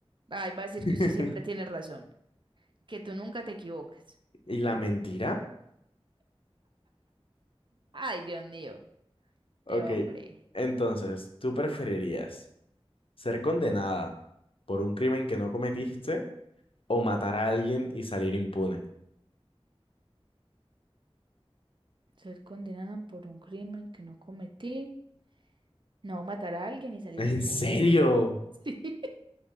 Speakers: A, on the right; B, on the left.
A: Ay, va a decir
B: <laughs>
A: que usted siempre tiene razón, que tú nunca te equivocas.
B: ¿Y la mentira?
A: Ay, Dios mío,
B: Ok.
A: te hombre.
B: Entonces, ¿tú preferirías ser condenada por un crimen que no cometiste? o matar a alguien y salir impune?
A: Ser condenada por un crimen que no cometí. No matar a alguien y salir
B: <laughs> ¿En
A: impune.
B: serio?
A: <laughs> Sí.